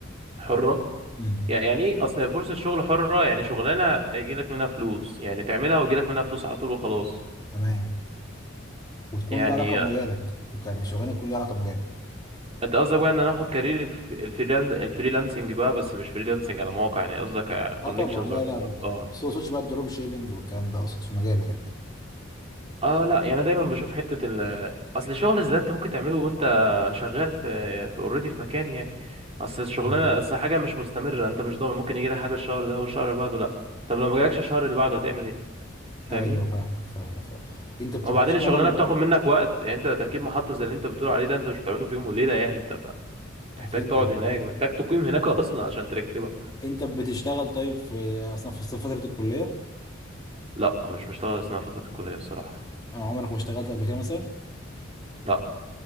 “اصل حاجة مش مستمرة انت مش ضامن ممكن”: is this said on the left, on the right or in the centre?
Right